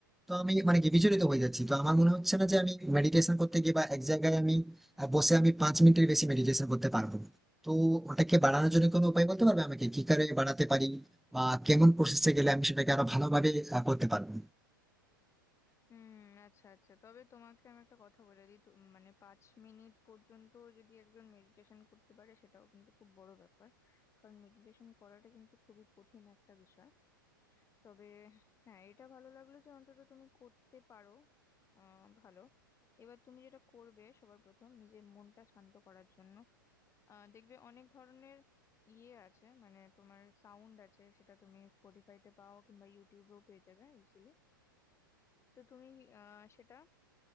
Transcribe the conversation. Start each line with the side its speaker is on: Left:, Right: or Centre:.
Centre: তো আমি মানে কি বিচলিত হয়ে যাচ্ছি তো আমার মনে হচ্ছে না যে আমি মেডিটেশন করতে গিয়ে বা এক জায়গায় আমি আহ, বসে আমি পাঁচ মিনিটের বেশি মেডিটেশন করতে পারবো তো ওটাকে বাড়ানোর জন্য কোনো উপায় বলতে পারবে আমাকে কি করে বাড়াতে পারি বা কেমন প্রসেসে গেলে আমি সেটাকে আরো ভালোভাবে আহ, করতে পারবো
Left: হুম আচ্ছা আচ্ছা তবে তোমাকে আমি একটা কথা বলে দিই তু- মানে পাঁচ মিনিট পর্যন্ত যদি একজন মেডিটেশন করতে পারে সেটাও কিন্তু খুব বড় ব্যাপার কারণ মেডিটেশন করাটা কিন্তু খুবই কঠিন একটা বিষয় তবে হ্যাঁ এটা ভালো লাগলো যে অন্তত তুমি করতে পারো আহ ভালো এবার তুমি যেটা করবে সবার প্রথম নিজের মনটা শান্ত করার জন্য আহ দেখবে অনেক ধরনের ইয়ে আছে মানে তোমার সাউন্ড আছে সেটা তুমি স্পটিফাইতে পাও কিংবা ইউটিউবেও পেয়ে যাবে ইজিলি তো তুমি আহ সেটা